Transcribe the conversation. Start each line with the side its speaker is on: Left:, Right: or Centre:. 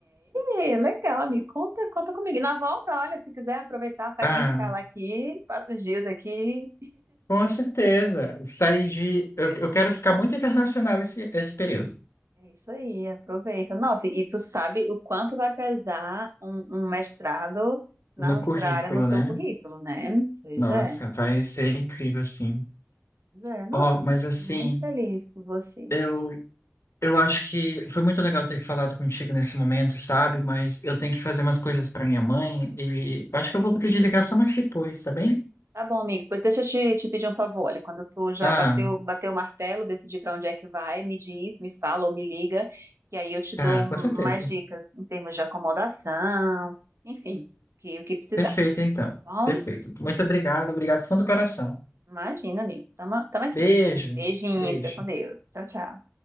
Right: É, legal, me conta, conta comigo. E na volta, olha, se quiser aproveitar, faz
Left: Ah,
Right: uma escala aqui, passa uns dias aqui.
Left: com certeza. Saí de. Eu, eu quero ficar muito internacional esse, esse período.
Right: É isso aí, aproveita. Nossa, e tu sabe o quanto vai pesar um, um mestrado na
Left: No
Right: Austrália
Left: currículo,
Right: no teu
Left: né?
Right: currículo, né? Pois
Left: Nossa,
Right: é,
Left: vai ser incrível, assim.
Right: pois é. Nossa,
Left: Ó, mas assim,
Right: muito feliz por você.
Left: eu Eu acho que foi muito legal ter falado contigo nesse momento, sabe? Mas eu tenho que fazer umas coisas para minha mãe e acho que eu vou ter de ligar só mais depois, tá bem?
Right: Tá bom, amigo. Pois deixa eu te, te pedir um favor. Olha, quando tu já
Left: Ah,
Right: bateu, bateu o martelo, decidir para onde é que vai, me diz, me fala ou me liga, que aí eu te dou
Left: tá,
Right: um-
Left: com certeza.
Right: mais dicas em termos de acomodação, enfim, que, o que precisar.
Left: Perfeito, então.
Right: Tá bom?
Left: Perfeito. Muito obrigado, obrigado, fundo do coração.
Right: Imagina, amigo. Tamo, tamo aqui.
Left: Beijo,
Right: Beijinho,
Left: beijo.
Right: fica com Deus. Tchau, tchau.